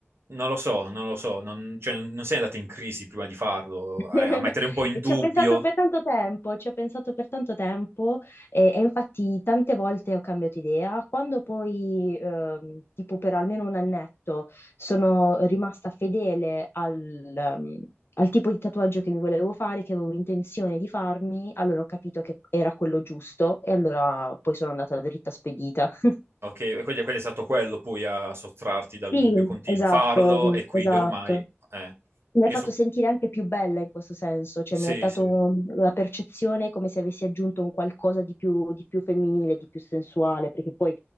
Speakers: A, on the right; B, on the left.
A: Non lo so, non lo so, non, cioè, non non sei andato in crisi prima di farlo,
B: <laughs>
A: a, a mettere un po' in
B: E
A: dubbio
B: Ci ho pensato per tanto tempo, ci ho pensato per tanto tempo e, e infatti tante volte ho cambiato idea. Quando poi, ehm, tipo per almeno un annetto, sono rimasta fedele al, ehm, al tipo di tatuaggio che mi volevo fare, che avevo intenzione di farmi, allora ho capito che era quello giusto e allora poi sono andata dritta spedita. <laughs>
A: Ok, e quindi, quindi è stato quello poi a sottrarti dal
B: Sì,
A: dubbio continuo,
B: esatto,
A: farlo e quindi
B: esatto.
A: ormai... Eh,
B: Mi
A: io
B: ha fatto
A: su...
B: sentire anche più bella in questo senso, cioè
A: Sì,
B: mi ha dato
A: sì,
B: la percezione come se avessi aggiunto un qualcosa di più, di più femminile, di più sensuale, perché poi